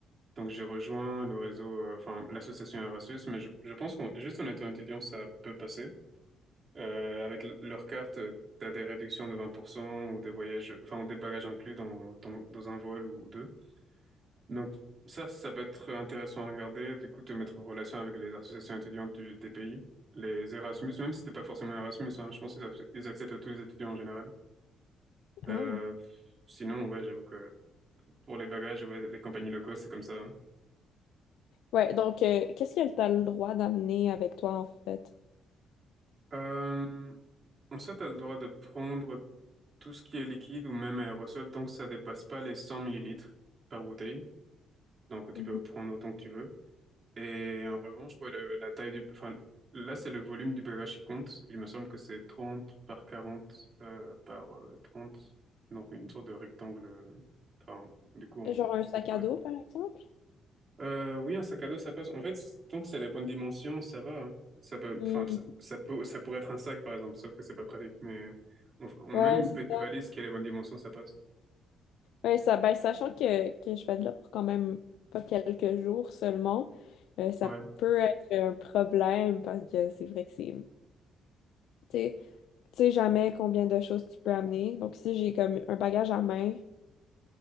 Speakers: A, on the right; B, on the left.
A: Donc j'ai rejoint le réseau, euh, enfin l'association Erasmus, mais je, je pense qu'on juste en étant étudiant, ça peut passer. Euh, avec l- leur carte, euh, t'as des réductions de 20% ou des voyages, enfin ou des bagages inclus dans, ton- dans un vol ou deux. Donc ça, ça peut être intéressant à regarder, du coup te mettre en relation avec les associations étudiantes du- des pays. Les Erasmus, même si t'es pas forcément Erasmus, hein, je pense qu'ils ac- ils acceptent tous les étudiants en général. Euh,
B: Ah.
A: sinon, ouais, j'avoue que pour les bagages, ouais, les compagnies locaux, c'est comme ça. hein.
B: Ouais, donc, euh, qu'est-ce que tu as le droit d'amener avec toi, en fait?
A: Euh, En soi, tu as le droit de prendre tout ce qui est liquide ou même aérosol tant que ça dépasse pas les 100 millilitres par bouteille. Donc, tu
B: Mhm.
A: peux prendre autant que tu veux. Et en revanche, ouais, le- la taille du... Enfin, là, c'est le volume du bagage qui compte. Il me semble que c'est 30 par 40 euh, par euh, 30. Donc, une sorte de rectangle, euh, enfin, du coup, en,
B: Genre un sac
A: en 3D.
B: à dos, par exemple?
A: Euh, oui, un sac à dos, ça passe. En fait, tant que c'est les bonnes dimensions, ça va. hein. Ça peut,
B: Mm.
A: enfin, ça ça peut, ça pourrait être un sac, par exemple, sauf que c'est pas pratique. Mais on- on- même
B: Ouais,
A: une
B: c'est
A: petite
B: ça.
A: valise qui a les bonnes dimensions, ça passe.
B: Ouais, ça, ben, sachant que, que je vais de là pour quand même pas quelques jours seulement, euh, ça
A: Ouais.
B: peut être un problème parce que c'est vrai que c'est... Tu sais, tu sais jamais combien de choses tu peux amener. Donc, si j'ai comme un bagage à main,